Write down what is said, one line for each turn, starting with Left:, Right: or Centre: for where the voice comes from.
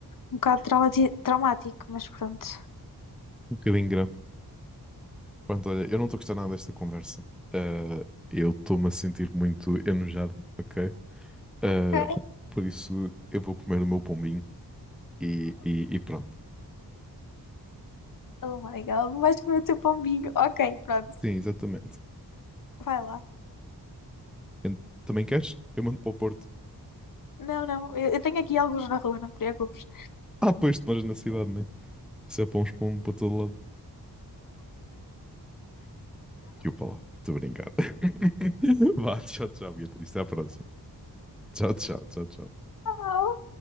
Left: Um bocado traumati- traumático, mas pronto.
Centre: Um bocadinho grande. Pronto, olha, eu não estou a gostar nada desta conversa. Ah, eu estou-me a sentir muito enojado, ok? Ah,
Left: Ok,
Centre: por isso, eu vou comer o meu pombinho e, e, e pronto.
Left: Oh my god, vais comer o teu pombinho. Ok, pronto.
Centre: Sim, exatamente.
Left: Vai lá.
Centre: Ent- Também queres? Eu mando para o Porto.
Left: Não, não, eu, eu tenho aqui alguns na rua, não te preocupes.
Centre: Ah, pois, tu moras na cidade, né? Se é para uns pombo para todo lado. E eu para lá. Estou a brincar. <laughs> Vá, tchau, tchau, Beatriz. Até à próxima. Tchau, tchau, tchau, tchau.
Left: Tchau.